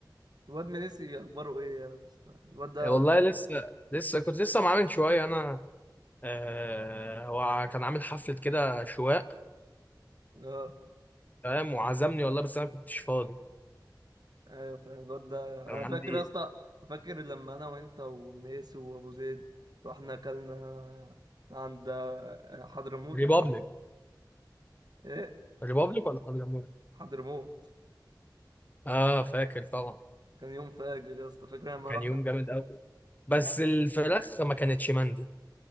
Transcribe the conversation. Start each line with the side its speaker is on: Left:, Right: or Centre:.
Right: الواد من نسي اخباره ايه يا اسطى الواد ده
Left: آه، والله لسه لسه كنت لسه معاه من شويه انا آه هو كان عامل حفله كده شواء
Right: اه
Left: فاهم وعزمني والله بس انا كنتش فاضي
Right: ايوه فاهم الواد ده انا
Left: كان
Right: فاكر
Left: عندي
Right: يا اسطى فاكر لما انا وانت ومنيس وابو زيد رحنا اكلنا عند حضرموت
Left: ريبابليك
Right: ايه
Left: ريبابليك ولا حضرموت
Right: حضرموت
Left: اه فاكر طبعا
Right: كان يوم فاجر يا اسطى فاكر لما
Left: كان
Right: رحنا
Left: يوم جامد قوي بس
Right: لا
Left: الفراخ ما كانتش مندي